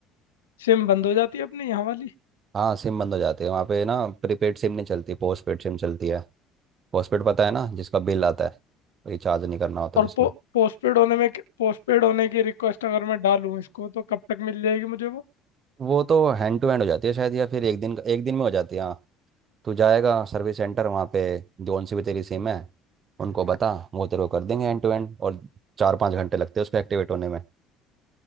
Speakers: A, on the left; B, on the right.
A: सिम बंद हो जाती है अपनी यहाँ वाली
B: हाँ सिम बंद हो जाती है वहाँ पे ना प्रीपेड सिम नहीं चलती पोस्ट पेड सिम चलती है पोस्ट पेड पता है ना जिसका बिल आता है रिचार्ज नहीं करना होता
A: और
B: जिसमें
A: पो, पोस्टपेड होने में पोस्टपेड होने की रिक्वेस्ट अगर मैं डालूं इसको तो कब तक मिल जाएगी मुझे वो
B: वो तो हैंड टू हैंड हो जाती है शायद या फिर एक दिन एक दिन में हो जाती है हाँ, तू जाएगा सर्विस सेंटर वहाँ पे जोन सी भी तेरी सिम है उनको बता वो तेरे को कर देंगे एंड टू एंड और चार पाँच घंटे लगते हैं उसको एक्टिवेट होने में